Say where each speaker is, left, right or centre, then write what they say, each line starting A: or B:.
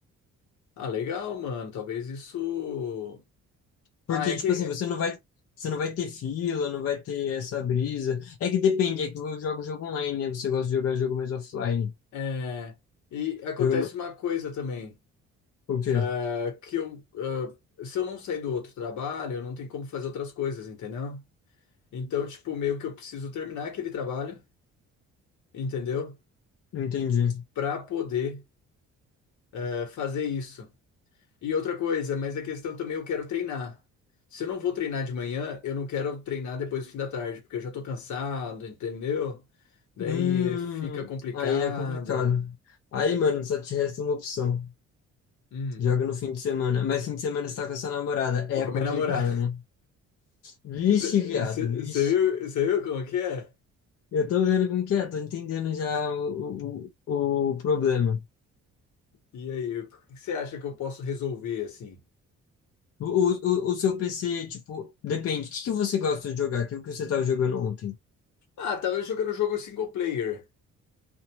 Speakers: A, on the left (about 75°); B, on the left (about 55°).
A: Ah, legal, mano. Talvez isso.
B: Porque,
A: Ah, é
B: tipo
A: que.
B: assim, você não vai, você não vai ter fila, não vai ter essa brisa. É que depende, é que eu jogo jogo online, né? Você gosta de jogar jogo mais offline.
A: É... E acontece
B: Jogo no-
A: uma coisa também,
B: O quê?
A: é que eu, ah, se eu não sair do outro trabalho, eu não tenho como fazer outras coisas, entendeu? Então, tipo, meio que eu preciso terminar aquele trabalho, entendeu?
B: Entendi.
A: Pra poder, eh, fazer isso. E outra coisa, mas a questão também eu quero treinar. Se eu não vou treinar de manhã, eu não quero treinar depois do fim da tarde, porque eu já tô cansado, entendeu? Daí
B: Hum,
A: eh, fica complicado.
B: aí é complicado. Aí, mano, só te resta uma opção.
A: Hum,
B: Joga no fim de semana. Mas fim de semana você tá com a sua namorada.
A: tô
B: É
A: com
B: complicado,
A: a minha namorada.
B: né? Vixe,
A: <laughs> Você
B: viado, vixe.
A: viu, cê viu como que é?
B: Eu tô vendo como que é, tô entendendo já o, o, o problema.
A: E aí, o que você acha que eu posso resolver assim?
B: O, o, o o seu PC, tipo, depende. O que que você gosta de jogar? Aquilo que você estava jogando ontem.
A: Ah, tava jogando jogo single player,